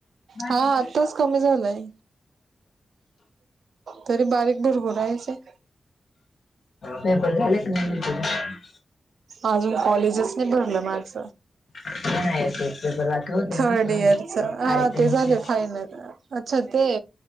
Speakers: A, on the left; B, on the right.
A: नाही
B: हा
A: झालं.
B: आत्ताच कमी झालाय. तरी बारीक भूरभूर हायचंय
A: पेपर झाले का नाही <inaudible>
B: अजून कॉलेजच नई भरल माज.
A: नाही ना एक एक पेपर बाकी होते
B: थर्ड
A: ना तुला
B: इयरचं. हा,
A: टायपिंगचे
B: ते झाले फायनल. अच्छा, ते.